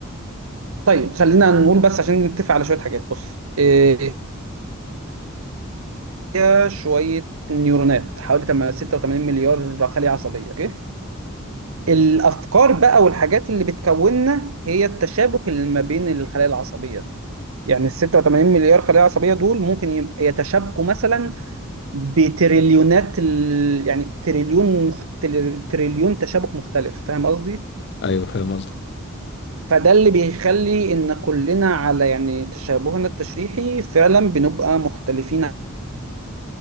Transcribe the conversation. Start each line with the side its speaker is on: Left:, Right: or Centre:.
Right: طيب خلينا نقول بس عشان نتفق على شويه حاجات بص آه، فيها شوية نيورونات حوالي تم- 86 مليار خلية عصبية اوكي الأفكار بقى والحاجات اللي بتكوننا هي التشابك اللي ما بين الخلايا العصبية دي يعني ال 86 مليار خلية عصبية دول ممكن يب- يتشابكوا مثلا بتريليونات ال... يعني تريليون مخت... تريليون تشابك مختلف فاهم قصدي؟
Left: ايوه فاهم قصدك
Right: فده اللي بيخلي ان كلنا على يعني تشابهنا التشريحي فعلا بنبقى مختلفين